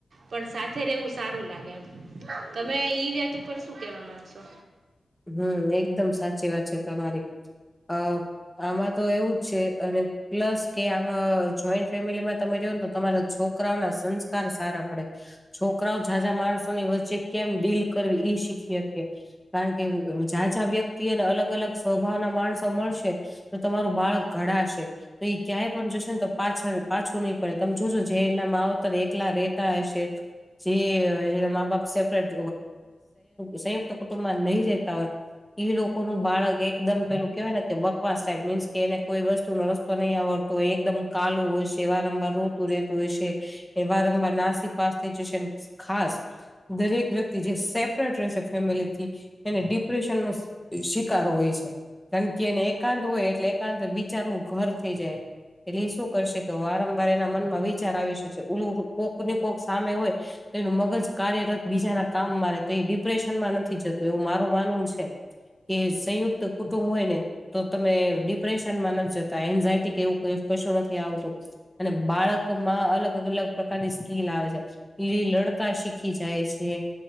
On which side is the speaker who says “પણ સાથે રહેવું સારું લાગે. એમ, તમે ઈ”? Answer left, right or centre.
Right